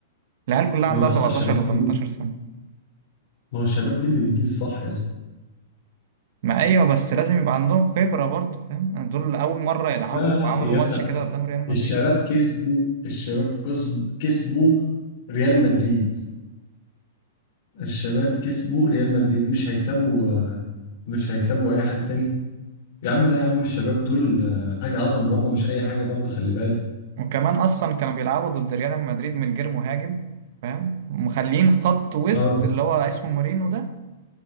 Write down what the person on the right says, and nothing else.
العيال كلها
عندها
17
و18 سنة
ما ايوه بس لازم يبقى عندهم خبرة برضه فاهم دول اول مرة يلعبوا
وعملوا
ماتش
كده قدام ريال مدريد
وكمان اصلا كانوا بيلعبوا ضد ريال مدريد من غير مهاجم فاهم ومخلين خط وسط
اللي هو اسمه مورينو ده